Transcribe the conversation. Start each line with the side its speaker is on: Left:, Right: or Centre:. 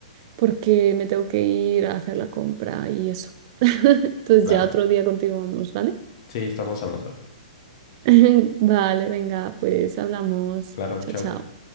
Right: porque me tengo que ir a hacer la compra y eso. <laughs> Entonces
Left: Claro.
Right: ya otro día continuamos, ¿vale?
Left: Sí, estamos hablando.
Right: <laughs> Vale, venga, pues hablamos.
Left: Claro,
Right: Chao,
Left: chao.
Right: chao.